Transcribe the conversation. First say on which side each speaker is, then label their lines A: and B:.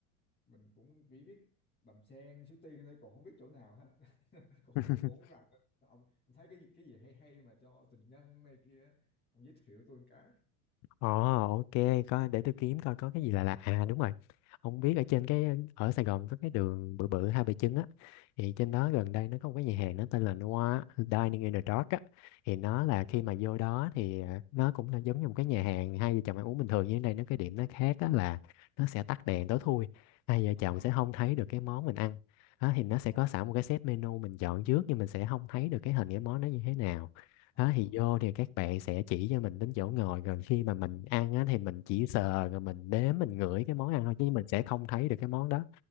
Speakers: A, on the left; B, on the left.
A: mình cũng chỉ biết Đầm Sen, Suối Tiên thôi còn không biết chỗ nào hết <laughs> cũng
B: không?
A: tôi cũng
B: <laughs>
A: không rành ông, ông thấy cái gì cái gì hay hay mà cho tình nhân này kia ông giới thiệu tôi một cái
B: Ồ, ok, có để tôi kiếm coi có cái gì là lạ. À đúng rồi. Ông biết ở trên cái ở Sài Gòn có cái đường bự bự Hai Bà Trưng á. Thì trên đó gần đây nó có một cái nhà hàng nó tên là Noir Dining in the Dark á. Thì nó
A: à
B: là khi mà vô đó thì à, nó cũng là giống như một cái nhà hàng hai vợ chồng ăn uống bình thường như thế này nó cái điểm nó khác á là nó sẽ tắt đèn tối thui. Hai vợ
A: ờ
B: chồng sẽ không thấy được cái món mình ăn. Đó, thì nó sẽ
A: ồ
B: có sẵn một cái set menu mình chọn trước nhưng mình sẽ không thấy được cái hình cái món nó như thế nào
A: à
B: đó thì vô thì các bạn sẽ chỉ cho mình đến chỗ ngồi rồi khi mà mình ăn á, thì mình chỉ sờ rồi mình đếm mình ngửi cái món ăn thôi chứ mình sẽ không thấy được cái món đó